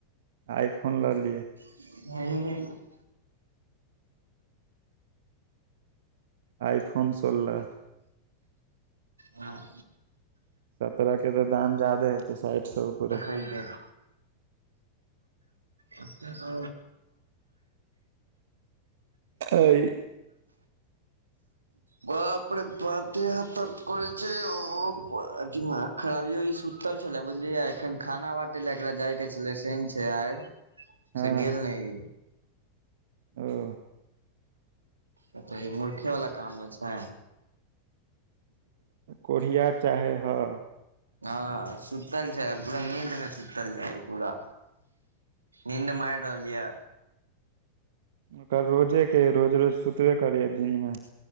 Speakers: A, on the right; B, on the right.
A: आइफोन लऽ लियै
B: हँ ह
A: आइफोन सोलह
B: हँ
A: सत्ररह के तऽ दाम जदे हेते साठि सए पे
B: क अ कह जा
A: एहिइ
B: ब अपनेे बत हथ करै छै ओथी खराबियो ई सुतल छलै बुझलियै एखन खाना बाटे लए एकरा जाय के छले सन छै आइ
A: हँ
B: से गेल नहि
A: ओ
B: अछा मूर्खे वाला काम मे छै
A: कोढ़िया चाहै हइ
B: हँ सुतल छै पूरा नीदं इ कूरा नीन्द मरलिय
A: ओकर रोजेके रोज रोज सुतबे करै यै दिनमे